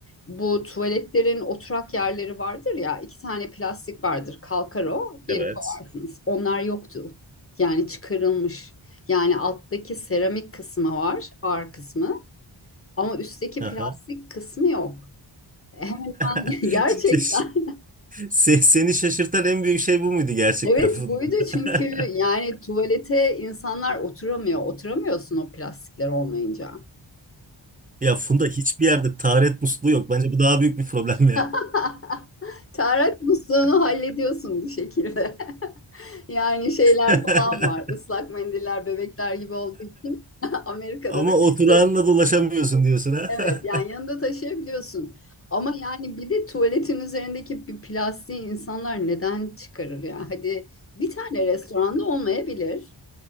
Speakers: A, on the left; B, on the right.
A: Bu tuvaletlerin oturak yerleri vardır ya, iki tane plastik vardır. Kalkar o, geri
B: Evet.
A: koyarsınız. Onlar yoktu. Yani çıkarılmış. Yani alttaki seramik kısmı var, ağır kısmı. Ama üstteki
B: Aha.
A: plastik kısmı yok. Hemen <laughs>
B: <laughs>
A: hemen gerçekten.
B: Se- Seni şaşırtan en büyük şey bu muydu gerçekten
A: Evet
B: Funda?
A: buydu çünkü
B: <laughs>
A: yani tuvalete insanlar oturamıyor. Oturamıyorsun o plastikler olmayınca.
B: Ya Funda hiçbir yerde taharet musluğu yok. Bence bu daha büyük bir problem ya.
A: <laughs> Tarak musluğunu hallediyorsun bir şekilde. <laughs> Yani şeyler
B: <laughs>
A: falan var. Islak mendiller bebekler gibi olduğu için <laughs> Amerika'da
B: Ama
A: da
B: oturağınla
A: büyükleri
B: dolaşamıyorsun diyorsun ha.
A: evet
B: <laughs>
A: yani yanında taşıyabiliyorsun. Ama yani bir de tuvaletin üzerindeki bir plastiği insanlar neden çıkarır ya? Hadi bir tane restoranda olmayabilir.